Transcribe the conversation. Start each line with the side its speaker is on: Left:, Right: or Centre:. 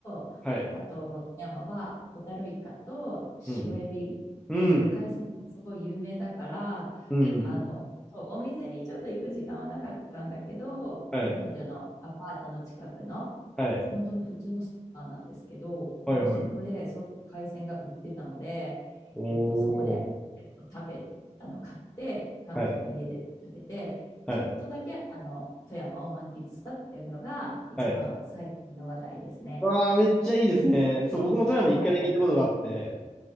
Left: と、
Centre: はい。
Left: あと、富山はホタルイカと白エビ、
Centre: うん。うん。
Left: そう、海鮮もすごい有名だから、
Centre: うん。
Left: あの、
Centre: うん
Left: そうお店にちょっと行く時間はなかったんだけど、
Centre: はい。
Left: 彼女のアパートの近くの
Centre: はい。
Left: 本当の普通のスーパーなんですけど、もうそこでそういう海鮮が売ってたので、
Centre: はいはい。お
Left: えっと、そこで、
Centre: ー
Left: えっと、食べ、あの、買って、彼女の家で食べて、
Centre: はい。はい。
Left: ちょっとだけ、あの、富山を満喫したっていうのが一番最近の話題ですね。
Centre: はい。わー、めっちゃいいですね。そう、僕も富山一回だけ行ったことがあって。
Left: はい。